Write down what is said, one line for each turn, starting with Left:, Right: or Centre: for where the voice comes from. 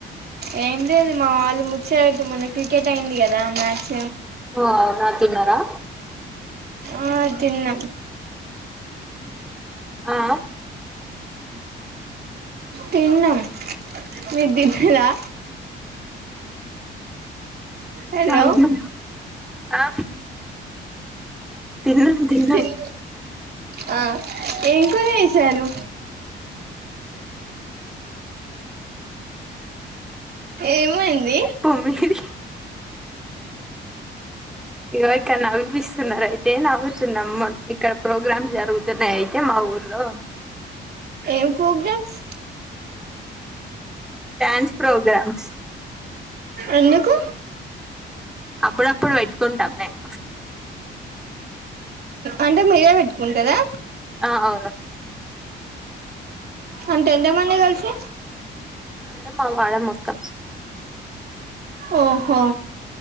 Right: ఏం లేదు మా వాళ్ళు ముచ్చట్ మొన్న క్రికెట్ అయింది కదా మ్యాచ్
Centre: ఓ అవునా తిన్నారా
Right: ఆ తిన్నా
Centre: ఆ
Right: తిన్నం మీర్ దిన్నరా హలో
Centre: అవును ఆ తిన్నాం తిన్నాం
Right: తిన్ ఆ ఏం కూర చెస్ చరు ఏమైంది
Centre: పో మీది ఇగో ఇక్కడ్ నవిపిస్ తున్నారు అయితే నవ్వుతున్నామ్ ఇక్కడ ప్రోగ్రామ్స్ జరుగుతున్నాయి అయితే మా ఊర్లో
Right: ఏం ఫోగ్రామ్స్
Centre: డాన్స్ ప్రోగ్రామ్స్
Right: ఎందుకు
Centre: అప్పుడప్పుడు వెట్టుకుంటాం మేమ్
Right: అంటే మీరే పెట్టుకుంటారా
Centre: ఆ అవును
Right: అంటే ఎంతమంది కలిసి
Centre: అలా మా వాడా మొత్తం
Right: ఓహో